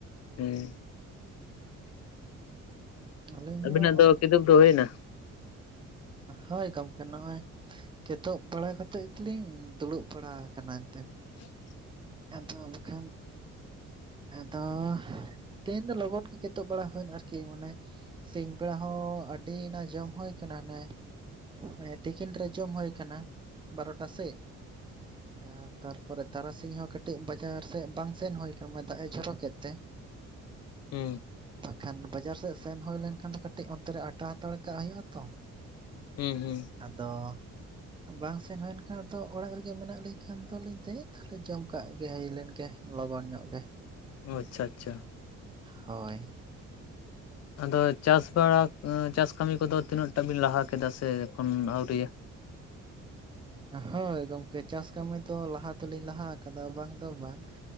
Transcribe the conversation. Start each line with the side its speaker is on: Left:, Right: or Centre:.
Left: ᱦᱮᱸ
Right: ᱟᱹᱞᱤᱧ
Left: ᱟᱵᱤᱱᱟᱜ
Right: ᱦᱚᱸ ᱱᱚᱜᱼᱚᱭ
Left: ᱫᱚ ᱠᱤᱫᱩᱵ ᱫᱚ ᱦᱩᱭᱱᱟ?
Right: ᱦᱳᱭ ᱜᱚᱢᱠᱮ ᱱᱚᱜᱼᱚᱭ ᱠᱮᱫᱳᱵ ᱵᱟᱲᱟ ᱠᱟᱛᱮᱫ ᱫᱮᱞᱤᱧ ᱫᱩᱲᱩᱵ ᱵᱟᱲᱟ ᱟᱠᱟᱱᱟ ᱮᱱᱛᱮ᱾
Left: <inaudible>
Right: ᱟᱫᱚ ᱵᱟᱠᱷᱟᱱ ᱟᱫᱚ ᱛᱮᱱ ᱫᱚ ᱞᱚᱜᱚᱱ ᱜᱮ ᱠᱮᱫᱳᱵ ᱵᱟᱲᱟ ᱦᱩᱭᱱᱟ ᱟᱨᱠᱤ ᱢᱟᱱᱮ ᱥᱤᱧ ᱵᱮᱲᱟ ᱦᱚᱸ ᱟᱰᱤ ᱱᱟ ᱡᱚᱢ ᱦᱩᱭ ᱠᱟᱱᱟ᱾ ᱢᱟᱱᱮ ᱛᱤᱠᱤᱱ ᱨᱮ ᱡᱚᱢ ᱦᱩᱭ ᱠᱟᱱᱟ ᱵᱟᱨᱚᱴᱟ ᱥᱮᱜ ᱟᱨ ᱛᱟᱨᱯᱚᱨᱮ ᱛᱟᱨᱟᱥᱤᱧ ᱦᱚᱸ ᱠᱟᱴᱤᱡ ᱵᱟᱡᱟᱨ ᱥᱮᱫ ᱵᱟᱝ ᱥᱮᱱ ᱦᱩᱭ ᱠᱟᱱᱟ ᱫᱟᱜ ᱮ ᱡᱚᱨᱚ ᱠᱮᱫ ᱛᱮ
Left: ᱦᱮᱸ
Right: ᱵᱟᱠᱷᱟᱱ ᱵᱟᱡᱟᱨ ᱥᱮᱫ ᱥᱮᱱ ᱦᱩᱭ ᱞᱮᱱᱠᱷᱟᱱ ᱫᱚ ᱠᱟᱴᱤᱡ ᱚᱱᱛᱮ ᱨᱮ ᱟᱴᱟ ᱦᱟᱛᱟᱲ ᱠᱟᱜ ᱦᱩᱭᱩᱜᱼᱟ ᱛᱚ
Left: ᱦᱩᱸ ᱦᱩᱸ
Right: ᱟᱫᱚ ᱵᱟᱝ ᱥᱮᱱ ᱦᱩᱭᱮᱱᱠᱷᱟᱱ ᱟᱫᱚ ᱚᱲᱟᱜ ᱨᱮᱜᱮ ᱢᱮᱱᱟᱜ ᱞᱤᱧ ᱠᱷᱟᱱ ᱫᱚᱞᱤᱧ ᱫᱮᱫ ᱡᱚᱢ ᱠᱟᱜ ᱜᱮ ᱦᱮᱭ ᱞᱮᱱ ᱜᱮ ᱞᱚᱜᱚᱱ ᱧᱚᱜ ᱜᱮ᱾
Left: ᱳ ᱟᱪᱪᱷᱟ ᱟᱪᱪᱷᱟ
Right: ᱦᱳᱭ
Left: ᱟᱫᱚ ᱪᱟᱥ ᱵᱟᱲᱟ ᱪᱟᱥ ᱠᱟᱢᱤ ᱠᱚᱫᱚ ᱛᱤᱱᱟᱹᱜ ᱴᱟᱜ ᱵᱤᱱ ᱞᱟᱦᱟ ᱠᱮᱫᱟ ᱥᱮ ᱮᱠᱷᱚᱱ ᱟᱹᱣᱨᱤᱭᱟ?
Right: ᱦᱳᱭ ᱜᱚᱢᱠᱮ ᱪᱟᱥ ᱠᱟᱢᱤ ᱫᱚ ᱞᱟᱦᱟ ᱫᱚᱞᱤᱧ ᱞᱟᱦᱟ ᱠᱟᱫᱟ ᱵᱟᱝ ᱫᱚ ᱵᱟᱝ